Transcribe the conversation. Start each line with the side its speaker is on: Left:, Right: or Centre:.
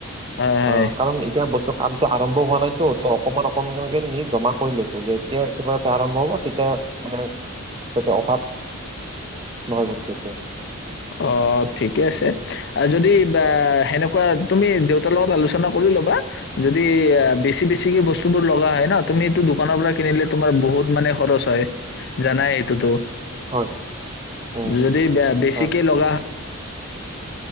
Left: হয় হয়
Right: অহ, কাৰণ এতিয়া বস্তু কামটো আৰম্ভ হোৱা নাইতো ত অকমান অকণ কনকে নি জমা কৰি লৈছোঁ, যেতিয়া একবাৰে আৰম্ভ হ'ব তেতিয়া মানে তাতে অভাৱ নহয় বস্তুটো।
Left: অহ ঠিকে আছে। আৰু যদি বা সেনেকুৱা তুমি দেউতাৰ লগত আলোচনা কৰি ল'বা যদি বেছি বেছি বস্তুবোৰ লগা হয় ন তুমি দোকানৰ পৰা কিনিলে তোমাৰ বহুত মানে খৰচ হয়, জানাই এইটোতো।
Right: হয় উম
Left: যদি ব-বেছিক
Right: হয়
Left: কে লগা